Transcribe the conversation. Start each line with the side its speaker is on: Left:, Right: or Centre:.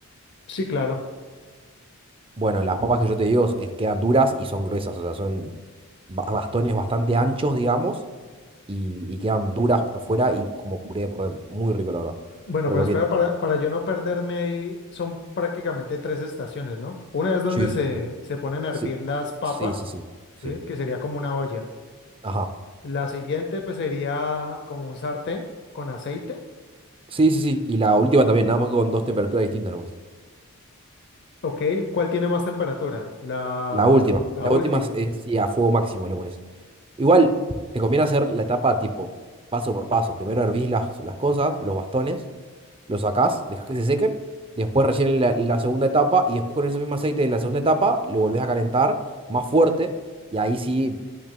Left: sí, claro.
Right: Bueno, las papas que yo te digo es- quedan duras y son gruesas, o sea, son ba- bastones bastante anchos, digamos, y, y quedan duras por fuera y como puré por dentro. Muy rico, la verdad.
Left: Bueno,
Right: Recomiendo.
Left: pero espera, para, para yo no perderme ahí, son prácticamente tres estaciones, ¿no? Una es donde
Right: Sí,
Left: se,
Right: sí, sí.
Left: se ponen a hervir
Right: Sí,
Left: las papas,
Right: sí, sí, sí. sí.
Left: ¿sí? Que sería como una olla.
Right: Ajá.
Left: La siguiente, pues sería como un sartén con aceite,
Right: Sí, sí, sí. Y la última también, nada más que con dos temperaturas distintas nomás.
Left: ¿ok? ¿Cuál tiene más temperatura? La,
Right: La última.
Left: la
Right: La
Left: última.
Right: última es, es sí, a fuego máximo le pones. Igual, te conviene hacer la etapa tipo paso por paso. Primero hervís las, las cosas, los bastones. lo sacás, dejas que se sequen, después recién la, la segunda etapa y después con ese mismo aceite de la segunda etapa lo volvés a calentar más fuerte y ahí sí